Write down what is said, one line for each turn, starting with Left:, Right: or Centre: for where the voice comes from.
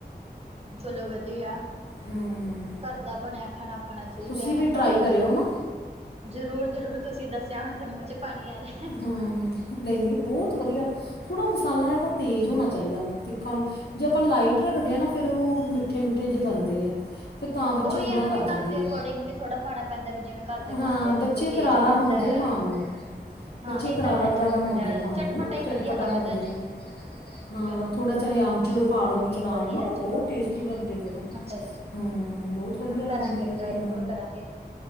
Right: ਚਲੋ ਵਧੀਆ।
Left: ਹਾਂ
Right: ਘਰ ਦਾ ਬਣਿਆ ਖਾਣਾ ਖਾਣਾ ਚਾਹੀਦਾ
Left: ਤੁਸੀਂ ਵੀ
Right: ਹਨਾ।
Left: ਟਰਾਈ ਕਰਿਓ ਨਾ
Right: ਜ਼ਰੂਰ-ਜ਼ਰੂਰ ਤੁਸੀਂ ਦੱਸਿਆ ਹੁਣ ਦੇ ਮੂੰਹ ਚ ਪਾਣੀ ਆ ਰਿਹਾ।
Left: ਹਾਂ ਨਈ--ਨਹੀਂ ਬਹੁਤ ਵਧੀਆ ਥੋੜ੍ਹਾ ਮਸਾਲਾ ਇਹਦਾ ਤੇਜ਼ ਹੋਣਾ ਚਾਹੀਦਾ ਤਿੱਕਾ ਜੇ ਆਪਾਂ ਲਾਈਟ ਰੱਖਦੇ ਆ ਨਾ ਫੇਰ ਉਹ ਮਿੱਠੇ-ਮਿੱਠੇ ਜੇ ਬਣਦੇ ਆ। ਫਿਰ ਤਾਂ ਬੱਚੇ
Right: ਉਹੀ
Left: ਥੋੜਾ
Right: ਹੈ ਨਾ ਵੀ
Left: ਕਰ
Right: ਘਰ
Left: ਜਾਂਦੇ
Right: ਦੇ
Left: ਆ
Right: ਅਕੋਰਡਿੰਗ ਵੀ ਥੋੜਾ ਪਾਣਾ ਪੈਂਦਾ ਵੀ ਜਿਵੇਂ ਘਰ ਦੇ
Left: ਹਾਂ
Right: ਖਾਂਦੇ
Left: ਬੱਚੇ
Right: ਨੇ ਕੋਈ
Left: ਕਰਾਰਾ
Right: ਤੇਜ਼ ਖਾਂਦਾ
Left: ਮੰਗਦੇ
Right: ਹੈ
Left: ਖਾਣ ਨੂੰ।
Right: ਹਾਂ
Left: ਬੱਚੇ
Right: ਇਹ
Left: ਕਰਾਰਾ
Right: ਤਾਂ ਹੈ
Left: ਕਰਾਰਾ
Right: ਚਟਪਟਾ
Left: ਮੰਗਦੇ ਖਾਣ
Right: ਚਟਪਟਾ
Left: ਨੂੰ ਨਾ
Right: ਹੀ
Left: ਚਟਪਟਾ
Right: ਵਧੀਆ ਲੱਗਦਾ
Left: ਮੰਗਦੇ ਆ
Right: ਚਲੋ
Left: ਹਾਂ ਥੋੜਾ ਚਾਹੇ ਆਮ ਪਾ ਲੋ
Right: ਨਹੀਂ
Left: ਵਿੱਚ
Right: ਨਹੀਂ ਵਧੀਆ
Left: ਨਾਲ ਹਨਾ
Right: ਚਲੋ
Left: ਬਹੁਤ ਟੇਸਟੀ ਬਣਦੇ ਫੇਰ
Right: ਅੱਛਾ ਜੀ
Left: ਹੂੰ, ਬਹੁਤ ਵਧੀਆ
Right: ਕਰਾਂਗੇ
Left: ਬੰਦੇ ਆ
Right: ਟਰਾਈ
Left: ਹੂ
Right: ਜ਼ਰੂਰ ਕਰਾਂਗੇ